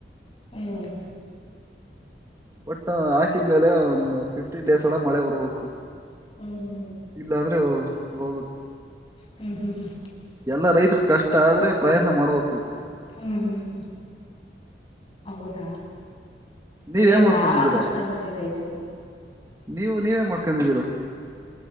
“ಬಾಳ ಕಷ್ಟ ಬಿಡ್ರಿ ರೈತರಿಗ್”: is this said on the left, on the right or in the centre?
Left